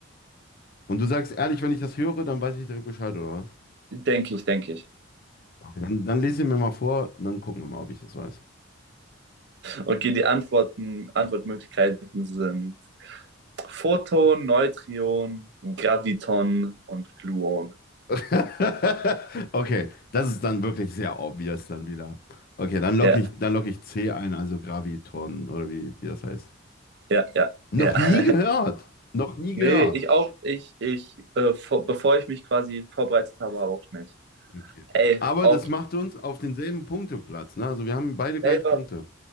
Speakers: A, on the left; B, on the right.
A: Und du sagst ehrlich, wenn ich das höre, dann weiß ich direkt Bescheid oder was?
B: Denke ich, denke ich.
A: Okay, dann, dann lese ich mir mal vor, dann gucken wir mal, ob ich das weiß.
B: Okay, die Antworten, Antwortmöglichkeiten sind Photon, Neutron, Graviton und Gluon.
A: <laughs> Okay, das ist dann wirklich sehr obvious dann wieder. Okay, dann locke
B: Ja,
A: ich, dann locke ich C ein, also Gravitoren oder wie, wie das heißt.
B: ja, ja,
A: Noch
B: ja. <laughs>
A: nie gehört. Noch nie
B: Nee,
A: gehört.
B: ich auch, ich, ich, äh, vor, bevor ich mich quasi vorbereitet habe, auch nicht.
A: Okay.
B: Ey,
A: Aber
B: auch
A: das macht uns auf denselben Punkteplatz. Ne? Also wir haben beide gleich
B: selber,
A: Punkte.